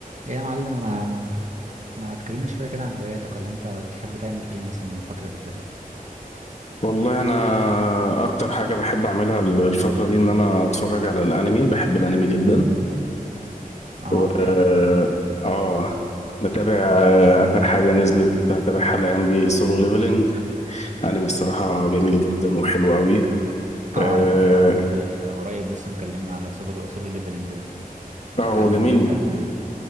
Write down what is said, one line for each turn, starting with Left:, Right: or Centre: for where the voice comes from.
Right: ايه يا معلم انا ما تكلمني شويه كده عن هواياتك ولا انت بتحب تعمل ايه مثلا الفتره دي كده
Left: والله انا اكتر حاجه بحب اعملها الفتره دي ان انا اتفرج على الانمي بحب الانمي جدا
Right: اه
Left: و
Right: حلو
Left: اه نتابع آه، اخر حاجه نزلت نتابعها الايام دي سولو ليفلنج انمي الصراحه جميل جدا وحلو قوي
Right: اه
Left: اه
Right: على فكره واحد صاحبي قريب لسه مكلمنا على سهول اصول الليفلنج ده قال
Left: آه، هو
Right: لي
Left: جميل
Right: انه حلو يعني